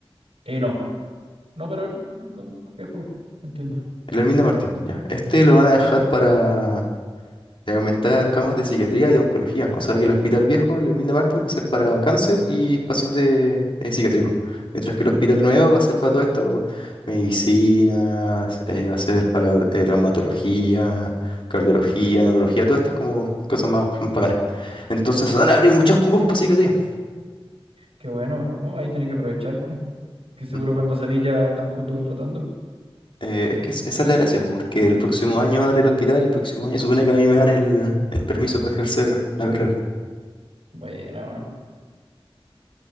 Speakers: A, on the right; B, on the left.
A: Eh, no. No, pero el- con viejo, entiendo.
B: El Hermín de Martín, ya. Este lo van a dejar para eh, aumentar camas de psiquiatría y de oncología. O sea que el Hospital Viejo, el Herminda Martín, va a ser para cáncer y pacientes eh, psiquiátricos. Mientras que el Hospital Nuevo va a ser para todo esto, medicinas, eh, va a ser para eh, traumatología, cardiología, neurología, todas estas como cosas más, más bacanes. Entonces van a abrir muchos cupos para psiquiatría.
A: Qué bueno, ¿no? Ahí tenés que aprovechar, pues. Que seguro
B: Mm.
A: cuando salís ya tan justo contratando.
B: Eh, es que es- esa es la gracia, po, porque el próximo año abre el hospital y el próximo año supone que a mí me dan el, el permiso para ejercer la carrera.
A: Buena, weón.